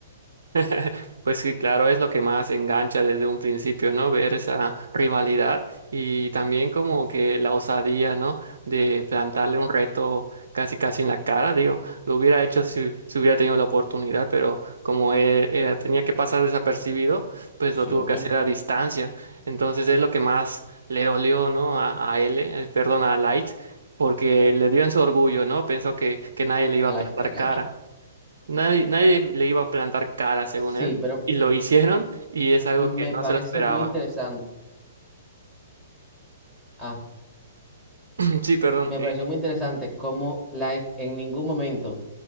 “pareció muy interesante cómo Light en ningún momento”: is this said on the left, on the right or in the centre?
Centre